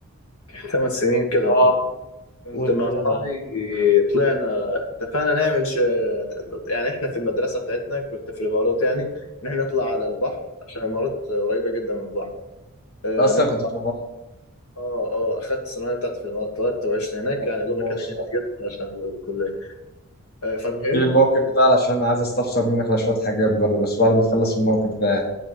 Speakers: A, on the left; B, on the left.
A: كان ثمان سنين كده
B: اه
A: ورا كنت
B: قول
A: مع
B: كده
A: اصحابي
B: معاك
A: طلعنا اتفقنا نعمل ش... يعني احنا في المدرسه بتاعتنا كنت في الامارات يعني ان احنا نطلع على البحر عشان الامارات قريبه جدا من البحر آه،
B: أنت أصلا
A: نطلع
B: كنت في
A: اه اه اخدت الثانويه بتاعتي في الامارات اتولدت وعشت هناك
B: الإمارات؟
A: يعني دوبك انا جيت جيت عشان الكليه آه، فالمهم
B: في الموقف ده علشان عايز استفسر منك على شوية حاجات برضه بس بعد ما تخلص الموقف ده يعني